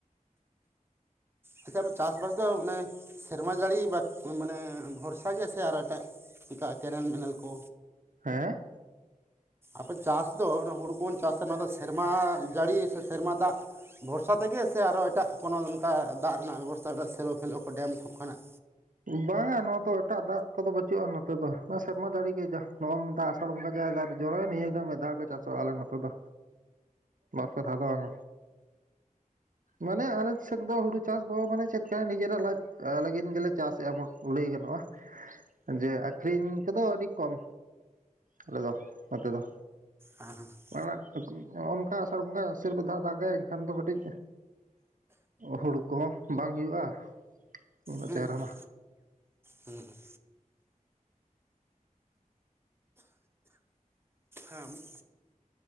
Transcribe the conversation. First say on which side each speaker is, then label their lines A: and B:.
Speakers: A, on the right; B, on the right.
A: ᱱᱮᱛᱟᱨ ᱪᱟᱥᱵᱟᱥ ᱫᱚ ᱚᱱᱮ ᱥᱮᱨᱢᱟ ᱡᱟᱹᱲᱤ ᱵᱟ ᱢᱟᱱᱮ ᱵᱷᱚᱨᱥᱟ ᱜᱮᱭᱟ ᱥᱮ ᱟᱨ ᱮᱴᱟᱜ ᱪᱤᱠᱟ ᱠᱮᱱᱮᱞ ᱢᱮᱱᱮᱱᱮᱞ ᱠᱚ
B: ᱦᱮᱸ
A: ᱟᱯᱮ ᱪᱟᱥ ᱫᱚ ᱚᱱᱟ ᱦᱩᱲᱩ ᱠᱚᱵᱚᱱ ᱪᱟᱥᱟ ᱱᱚᱣᱟ ᱫᱚ ᱥᱮᱨᱢᱟ ᱡᱟᱹᱲᱤ ᱥᱮ ᱥᱮᱨᱢᱟ ᱫᱟᱜ ᱵᱷᱚᱨᱥᱟ ᱛᱮᱜᱮ ᱥᱮ ᱟᱨᱚ ᱮᱴᱟᱜ ᱠᱳᱚᱱᱚ ᱱᱚᱝᱠᱟ ᱫᱟᱜ ᱨᱮᱱᱟᱜ ᱵᱮᱵᱚᱥᱛᱛᱟᱟᱜ ᱥᱮᱨᱚᱜ ᱯᱷᱮᱰᱚᱜ ᱟᱠ ᱠᱚ ᱰᱮᱢ ᱠᱚ ᱠᱷᱚᱱᱟᱜ
B: ᱵᱟᱝᱟ ᱱᱚᱣᱟ ᱫᱚ ᱮᱴᱟᱜ ᱫᱟᱜ ᱠᱚᱫᱚ ᱵᱟᱹᱪᱩᱜᱼᱟ ᱱᱚᱛᱮ ᱫᱚ ᱥᱮᱨᱢᱟ ᱫᱟᱲᱮ ᱜᱮ ᱡᱟ ᱱᱚᱜᱚᱭ ᱢᱮᱛᱟᱜ ᱟᱥᱲ ᱵᱚᱸᱜᱟ ᱡ ᱡᱚᱨ ᱱᱤᱭᱟᱹᱟᱹᱜᱮ ᱢᱤᱫ ᱫᱷᱟᱣ ᱜᱮ ᱪᱟᱥᱚᱜᱼᱟᱞᱮ ᱱᱚᱛᱮ ᱫᱚ ᱵᱟᱨᱯᱮ ᱫᱷᱟᱣ ᱫᱚ ᱵᱟᱝ ᱢᱟᱱᱮ ᱟᱞᱮ ᱥᱮᱫ ᱫᱚ ᱦᱩᱲᱩ ᱪᱟᱥ ᱫᱚ ᱢᱟᱱᱮ ᱪᱮᱫᱠᱟᱭ ᱱᱤᱡᱮᱨᱟᱜ ᱞᱟᱡ ᱞᱟᱹᱜᱤᱫ ᱜᱮᱞᱮ ᱪᱟᱥᱮᱫᱼᱟ ᱵᱚᱱ ᱞᱟᱹᱭ ᱜᱟᱱᱚᱜᱼᱟ ᱡᱮ ᱟᱹᱠᱷᱨᱤᱧ ᱠᱚᱫᱚ ᱟᱹᱰᱤ ᱠᱚᱢ ᱟᱞᱮᱚ ᱱᱚᱛᱮ ᱫᱚ
A: ᱦᱮᱸ ᱦᱮ
B: ᱟᱲᱟᱜ ᱚᱝᱠᱟ ᱟᱥᱟᱲ ᱵᱚᱸᱜᱟ ᱟᱥᱤᱨ <inaudible> ᱫᱟᱜᱟᱭ ᱮᱱᱠᱷᱟᱱ ᱫᱚ ᱠᱟᱹᱴᱤᱡ ᱦᱩᱲᱩ ᱠᱚᱦᱚᱸ ᱵᱟᱝ ᱦᱩᱭᱩᱜᱼᱟ ᱩᱱᱟᱹᱜ
A: ᱦᱩᱸ
B: ᱪᱮᱦᱨᱟ
A: ᱦᱩᱸ
B: ᱢᱟ
A: ᱦᱩᱸ ᱦᱩᱸ ᱟᱢ